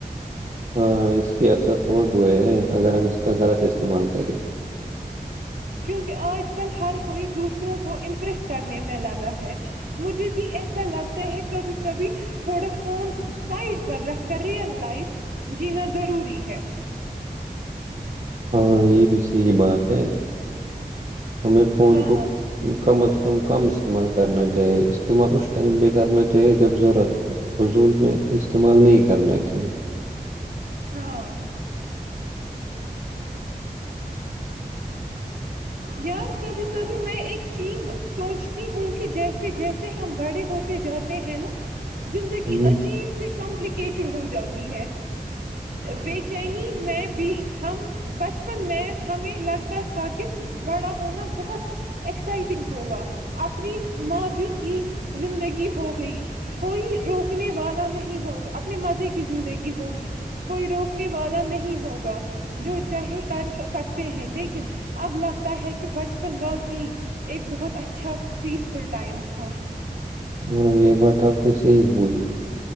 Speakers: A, on the right; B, on the right.
A: ہاں اس کے اثر بہت برے ہیں اگر ہم اس کا غلط استعمال کریں
B: کیونکہ آج کل ہر کوئی دوسروں کو امپریس کرنے میں لگا ہے مجھے بھی ایسا لگتا ہے کبھی کبھی تھوڑا فون سائڈ پر رکھ ریل لائف جینا ضروری ہے
A: ہاں یہ بھی صحیح بات ہے ہمیں فون
B: ہاں
A: کو کم از کم کم استعمال کرنا چاہیے استعمال اس ٹائم پہ کرنا چاہیے جب ضرورت ہو وضول میں استعمال نہیں کرنا چاہیے
B: ہاں یار کبھی کبھی میں ایک چیز سوچتی ہوں کہ جیسے جیسے ہم بڑے ہوتے جاتے ہیں نا زندگی
A: ہ
B: عجیب سے کمپلیکیٹڈ ہو جاتی ہے بے چینی میں بھی ہم بچپن میں ہمیں لگتاار تھا کہ بڑا ہونا بہت ایکسائٹنگ ہوگا اپنی ماضی کی زندگی ہوگئی کوئی روکنے والا نہیں ہوگا اپنے مزے کی زندگی ہوگی کوئی روکنے والا نہیں ہوگا جو چاہے کر سکتے ہیں لیکن اب لگتا ہے کہ بچپن واقعی ایک بہت اچھا پیسفل ٹائم تھا
A: ہاں یہ بات آپ نے صحی بولی